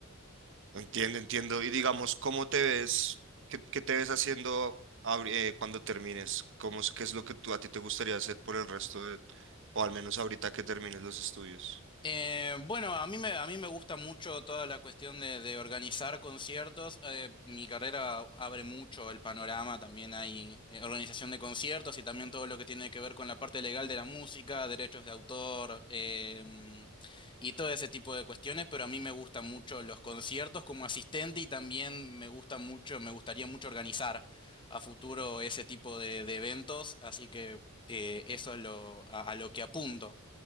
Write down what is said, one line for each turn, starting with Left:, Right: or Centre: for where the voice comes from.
Right: entiendo, entiendo. Y digamos, ¿cómo te ves? ¿Qué, qué te ves haciendo abri- eh, cuando termines? ¿Cómo, es- qué es lo que tú, a ti te gustaría hacer por el resto de, o al menos ahorita que termines los estudios?
Left: Eh, bueno, a mí me, a mí me gusta mucho toda la cuestión de, de organizar conciertos. Eh, mi carrera abre mucho el panorama, también hay eh, organización de conciertos y también todo lo que tiene que ver con la parte legal de la música, derechos de autor em, y todo ese tipo de cuestiones, pero a mí me gustan mucho los conciertos como asistente y también me gusta mucho, me gustaría mucho organizar a futuro ese tipo de, de eventos, así que eh, eso es lo, a a lo que apunto